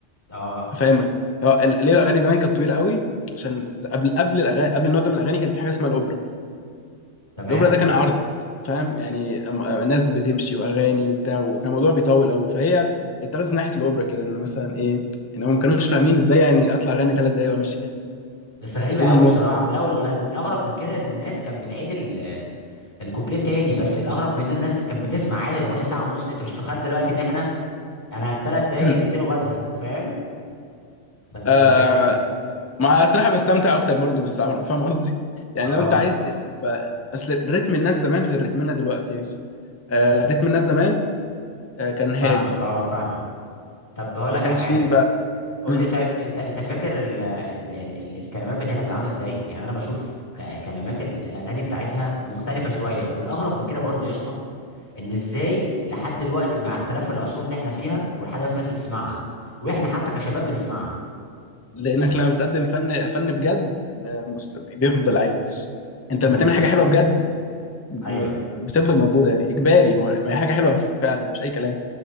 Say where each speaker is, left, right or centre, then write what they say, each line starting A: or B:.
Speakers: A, on the left; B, on the left.
A: اه
B: هفهمك هو ال- ليه الاغاني زمان كانت طويله قوي عشان ز- قبل قبل الاغاني قبل النوع ده من الاغاني كان في حاجه اسمها الاوبرا
A: تمام
B: الاوبرا ده كان عرض فاهم يعني أم- أم- ناس بتمشي واغاني وبتاع وكان الموضوع بيطول قوي فهي اتخذت من ناحيه الاوبرا كده ان مثلا ايه ان هم ما كانوش فاهمين ازاي يعني اطلع اغني ثلاث دقايق وامشي يعني
A: بس غريبه
B: فين
A: قوي
B: المتعه
A: بصراحه ولا وال- الاغرب من كده ان الناس كانت بتعيد ال... الكوبليه تاني بس الاغرب من ان الناس كانت بتسمع عادي الاغنيه ساعه ونص انت مش متخيل دلوقتي ان احنا انا على الثلاث دقايق
B: <clears throat>
A: دقيقتين وبزهق فاهم فانت
B: آه
A: متخيل ال...
B: مع الصراحه بستمتع اكتر برضو بالساوند فاهم قصدي يعني
A: اه
B: لو انت عايز تبقى اصل رتم الناس زمان غير رتمنا دلوقتي يا يوسف آه رتم الناس زمان آه كان هادي
A: فاهمك اه فاهمك طب هقول
B: ما
A: لك
B: كانش
A: على حاجه
B: فيه بقى
A: قول
B: مم.
A: لي طيب انت انت فاكر ال... ال... ال... ال... الكلمات بتاعتها بتبقى عامله ازاي يعني انا بشوف ك... كلمات ال... الاغاني بتاعتها مختلفه شويه والاغرب من كده برضو يا اسطى ان ازاي لحد دلوقتي مع اختلاف العصور اللي احنا فيها ولحد دلوقتي الناس بتسمعها واحنا حتى كشباب بنسمعها
B: لانك
A: مش
B: لما بتقدم فن فن بجد آه، مستمع بيفضل عايش انت
A: امم
B: لما تعمل حاجه حلوه بجد م-
A: ايوه
B: بتفضل موجوده يعني اجباري ما هو- ما هي حاجه حلوه فعلا مش اي كلام